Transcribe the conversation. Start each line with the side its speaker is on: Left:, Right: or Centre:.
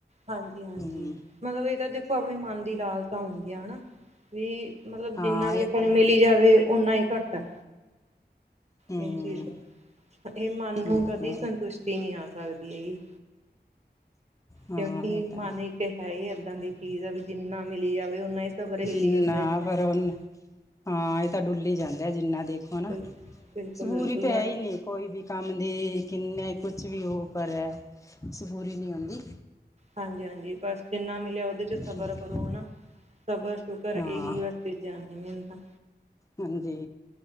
Right: ਹਾਂਜੀ-ਹਾਂਜੀ
Left: ਹਮ
Right: ਮਤਲਬ ਇਹ ਤਾ ਦੇਖੋ ਆਪਣੇ ਮਨ ਦੀ ਲਾਲਸਾ ਹੁੰਦੀ ਆ ਹਨਾ। ਵੀ ਮਤਲਬ
Left: ਹਾਂ
Right: ਜਿੰਨਾ ਵੀ
Left: ਇਹ
Right: ਆਪਾਂ
Left: ਤਾਂ
Right: ਨੂੰ ਮਿਲੀ ਜਾਵੇ ਓਨਾ ਹੀ ਘੱਟ ਆ।
Left: ਹਮ
Right: ਇਹ ਚੀਜ਼ ਆ। ਇਹ ਮਨ
Left: ਠੀਕ
Right: ਨੂੰ ਕਦੀ
Left: ਹੈ
Right: ਸੰਤੁਸ਼ਟੀ ਨੀ ਆ ਸਕਦੀ ਹੈਗੀ।
Left: ਹਾਂ
Right: ਕਿਉਂਕਿ
Left: ਇਹ ਤਾਂ
Right: ਮਨ ਇੱਕ ਹੈ ਹੀ ਏਦਾਂ ਦੀ ਚੀਜ਼ ਆ ਵੀ ਜਿੰਨਾ ਮਿਲੀ ਜਾਵੇ ਓਨਾ ਹੀ ਸਬਰ ਹਿੱਲੀ
Left: ਜਿੰਨਾ
Right: ਜਾਂਦਾ ਇਨਸਾਨ
Left: ਪਰ ਉਹ
Right: ਦਾ।
Left: ਹਾਂ ਇਹ ਤਾਂ ਡੁੱਲੀ ਜਾਂਦਾ ਜਿੰਨਾ ਦੇ ਹੈਨਾ
Right: ਹਾਂਜੀ ਬਿਲਕੁਲ-ਬਿਲਕੁਲ
Left: ਸਬੂਰੀ ਤਾਂ
Right: ਬਸ
Left: ਹੈ ਹੀ ਨੀ ਕੋਈ ਵੀ ਕੰਮ ਦੀ ਕਿੰਨੇ ਕੁਛ ਵੀ ਹੋ ਪਰ ਐ ਸਬੂਰੀ ਨਹੀਂ ਹੁੰਦੀ
Right: ਹਾਂਜੀ ਹਾਂਜੀ ਬਸ ਜਿੰਨਾ ਮਿਲਿਆ ਉਹਦੇ ਚ ਸਫ਼ਰ
Left: ਠੀਕ
Right: ਕਰੋ ਹਨਾ ਸਬਰ ਸ਼ੁਕਰ
Left: ਹਾਂ
Right: ਇਹੀ ਵਾਸਤੇ ਜਾ ਮਨ ਤਾਂ
Left: ਹਾਂਜੀ